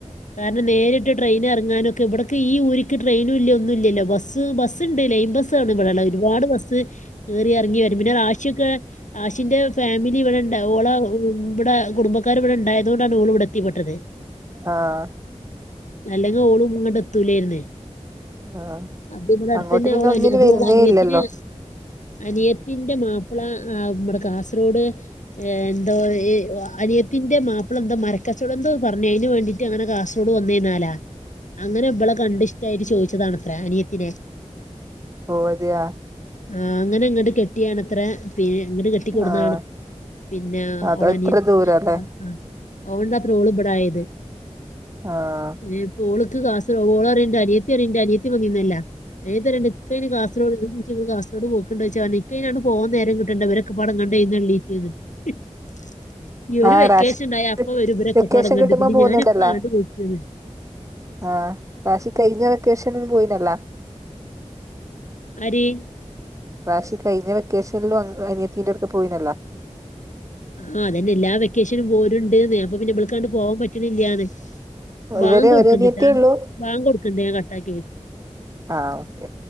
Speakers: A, on the left (about 85°); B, on the right (about 25°).
A: കാരണം നേരിട്ട് ട്രയിൻ റങ്ങാനൊക്കെ ഇവിടക്ക് ഈ ഊരിക്ക് ട്രെയിനും ല്ല ഒന്നും ഇല്ല ല്ലോ ബസ്ണ്ട്ലൈൻ ബസ് വിടെള്ള ഒരുപാട് ബസ് കേറിറങ്ങി വരും പിന്നെ റാഷിക്കേ ആഷിന്റെ ഫാമിലി ഇവിടെണ്ട് ഓള ഇവടെ കുടുംബക്കാർ ഇവിടെ ഉണ്ടായതൊണ്ടണ് ഓൾ ഇവിടെ എത്തിപ്പെട്ടത്.
B: ആഹ്
A: അല്ലെങ്കിഓളും ഇങ്ങട്ട് എത്തൂലേ ർന്നു.
B: ആഹ്
A: അത്‌വിടെ അടുത്തന്നെ
B: അങ്ങോട്ട് പിന്നെ
A: ഓളെ
B: ഒന്നിനും
A: അനി <unintelligible>
B: വരുന്നേ
A: ഓളെ അനിയത്തിനാ.....
B: ഇല്ലല്ലോ
A: അനിയ ന്റെ മാപ്പിള ആ മ്മടെ കാസർഗോഡ് ഏ എന്തോ അനിയത്തിന്റെ മാപ്പിള എന്തോ മരക്കചോടാം എന്തോ പറഞ്ഞയ്ന് വേണ്ടിട്ട് ട്ടിങ്ങനെ കാസർറോഡ് വന്നേന്നാലാ. അങ്ങനെ ഇബാലളെ കണ്ടിഷ്ടായിട്ട് ചോദിച്ചതാണത്ര അനിയത്തിനെ.
B: ഓ അതെയാ.
A: ആഹ് അങ്ങെനെ ഇങ്ങട്ട് കെട്ടിയാണ്ത്ര പിന് ഇങ്ങ്ട് കെ ട്ടി കൊട്ന്നാണ്.
B: ആഹ്
A: പിന്നെ
B: അതോ
A: ഓളനിയ
B: ഇത്ര
A: <unintelligible>
B: ദൂരല്ലേ
A: അതോണ്ടാത്രെ ഓള്ബടായത്.
B: ആഹ.
A: ഏപ്പ ഓള്ക്ക് ക്ലാസ് ഓള റീണ്ട് അനിയത്തിറീണ്ട് അനിയത്തി പോന്നിരിന്നല്ലൊ. ഏതര <unintelligible> <unintelligible> ങ്ങള് ക്ലാസൊ ണ്ട് പോക്ക്ണ്ടോയ്ച്ചാല് ഇൻക്ക് അയിന് അട്ട് പോവാൻ നേരം കിട്ടണ്ടേ. ഇവരൊക്കെപാടെ ഇങ്ങണ്ട് എഴുന്നള്ളീറ്റ്ന്ന്. <inaudible> ഇവരു
B: ആ
A: വെക്കേഷൻണ്ടായ
B: റാഷി
A: അപ്പ വരും ഇവരൊക്കെപാടേങ്ങട്ട്.
B: വെക്കേഷൻ കിട്ടുമ്പോ
A: പിന്നെ
B: പോകുന്നുണ്ടല്ലോ
A: ഞാനെപ്പള ആണ്ട് പോ <unintelligible>
B: ആ. കാശി കഴിഞ്ഞ വെക്കേഷനൊന്നും പോയില്ലല്ലോ.
A: ആര്?
B: റാശി കഴിഞ്ഞ വെക്കേഷനിലും അ അനിയത്തിന്റെറട്ത്ത് പോയിനല്ലോ.
A: ആഹ. അതന്നെ എല്ലാ വെക്കേഷനും പോവു <unintelligible> ണ്ട്ന്ന്. അപ്പം പിന്നെ ബ്ള് ക്കാണ്ട് പോവാൻ പറ്റണില്ലാന്ന്. ബാങ്ക്
B: ഇവരെ
A: കൊടുക്ക്ണ്ടിട്ടാ.
B: ഒരു അനിയത്തിയേ ഉള്ളൂ
A: ബാങ്ക് കൊടുക്ണ്ട് ഞാൻ കട്ടാക്കി വിളി
B: ആ. ഓക്കെ.